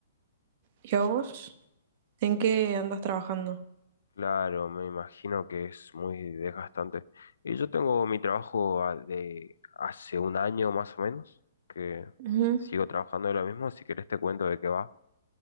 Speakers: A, on the right; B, on the left.
A: ¿Y a vos? ¿En qué andas trabajando?
B: Claro, me imagino que es muy desgastante. Y yo tengo mi trabajo a- de hace un año más o menos, que
A: Ujú.
B: sigo trabajando de lo mismo. Si querés te cuento de qué va.